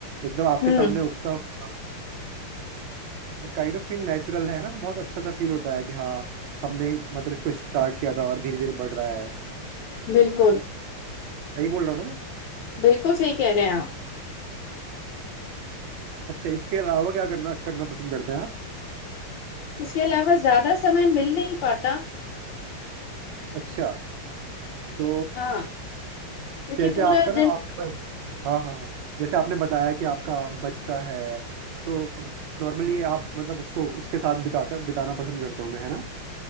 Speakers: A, on the right (about 70°); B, on the left (about 75°).
A: एकदम आपके
B: हम्म,
A: सामने उगता हुआ काइंड ऑफ फील नेचुरल है ना बहुत अच्छा सा फील होता है कि हाँ हमने मतलब इसको स्टार्ट किया था और धीरे धीरे बढ़ रहा है
B: बिल्कुल
A: सही बोल रहा हूँ ना मैं?
B: बिल्कुल सही कह रहे हैं आप
A: अच्छा इसके अलावा क्या करना करना पसंद करते हैं आप
B: इसके अलावा ज्यादा समय मिल नहीं पाता
A: अच्छा तो
B: हाँ क्योंकि
A: जैसे
B: पूरा
A: आपका ना
B: दिन
A: आपने बस- हाँ हाँ हाँ जैसे आपने बताया कि आपका बच्चा है तो नॉर्मली आप मतलब उसको उसके साथ बिताते बिताना पसंद करते होंगे है ना